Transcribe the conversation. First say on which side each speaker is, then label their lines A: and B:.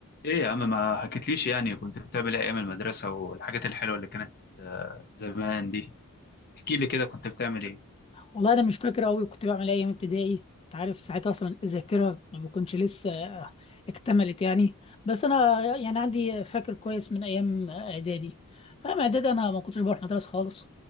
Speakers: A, on the left; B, on the left.
A: ايه يا عم ما حكيتليش يعني كنت بتعمل ايه ايام المدرسة والحاجات الحلوة اللي كانت آه، زمان دي احكي لي كده كنت بتعمل ايه
B: والله انا مش فاكر قوي كنت بعمل ايه ايام ابتدائي انت عارف ساعتها اصلا الذاكره ما بكونش لسه اكتملت يعني بس انا يعني عندي فاكر كويس من ايام اعدادي ايام اعدادي انا ما كنتش بروح مدرسه خالص